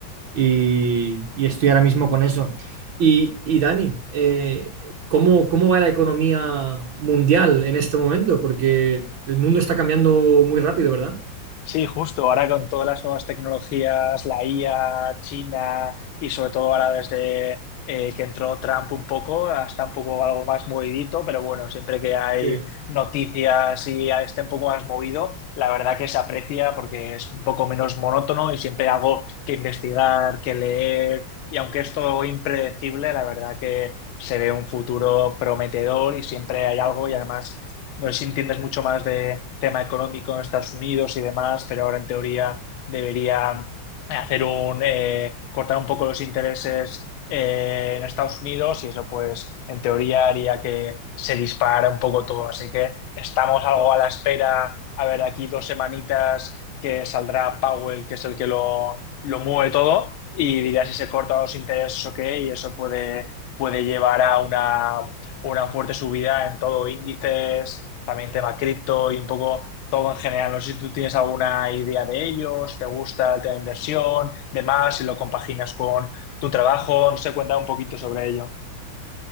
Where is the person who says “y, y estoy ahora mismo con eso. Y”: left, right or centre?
Right